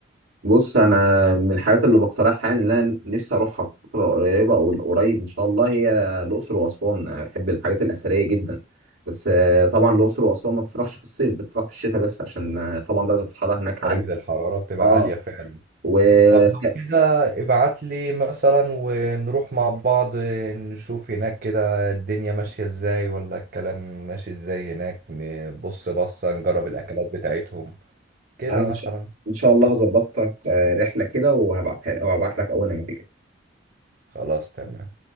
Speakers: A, on the right; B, on the right.
A: بص انا من الحاجات اللي بقترحها يعني اللي انا نفسي اروحها في فتره قريبه او قريب ان شاء الله هي الاقصر واسوان انا بحب الحاجات الاثريه جدا بس آه، طبعا الاقصر واسوان ما بتطرحش في الصيف بتطرح في الشتاء بس عشان آه، طبعا درجه الحراره هناك
B: درجة
A: عاليه
B: الحرارة بتبقى
A: اه
B: عالية فعلا
A: وانا
B: طب لو كده ابعت لي مثلا ونروح مع بعض نشوف هناك كده الدنيا ماشية ازاي ولا الكلام ماشي ازاي هناك نبص بصة نجرب الأكلات بتاعتهم كده
A: ان
B: مثلا
A: شاء إن شاء الله هظبط لك آه، رحله كده وهبعتها لك او هبعت لك اول ما تيجي
B: خلاص تمام